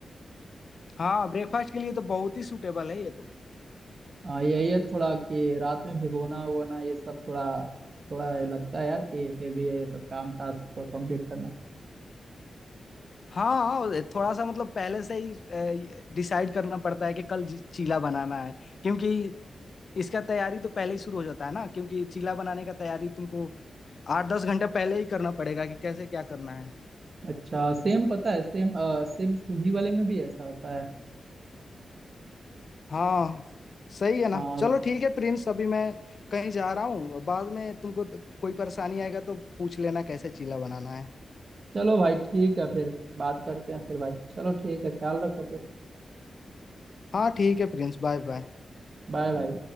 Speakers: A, on the left; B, on the right.
A: हाँ ब्रेकफास्ट के लिए तो बहुत ही सूटेबल है ये तो
B: हाँ यही है थोड़ा कि रात में भिगोना उगोना ये सब थोड़ा थोड़ा ये लगता है यार कि हेवी है ये सब काम टास्क को कंप्लीट करना
A: हाँ थोड़ा सा मतलब पहले से ही डिसाइड करना पड़ता है कि कल जी- चीला बनाना है क्योंकि इसका तैयारी तो पहले ही शुरू हो जाता है ना क्योंकि चीला बनाने का तैयारी तुमको आठ दस घंटे पहले ही करना पड़ेगा कि कैसे क्या करना है
B: अच्छा सेम पता है सेम सेम सूजी वाले में भी ऐसा होता है
A: हाँ सही है
B: अ,
A: ना चलो ठीक है प्रिंस अभी मैं कहीं जा रहा हूँ बाद में तुमको कोई परेशानी आएगा तो पूछ लेना कैसे चीला बनाना है
B: चलो भाई ठीक है फिर बात करते हैं फिर भाई चलो ठीक है ख्याल रखो फिर
A: हाँ ठीक है प्रिंस बाय बाय
B: बाय भाई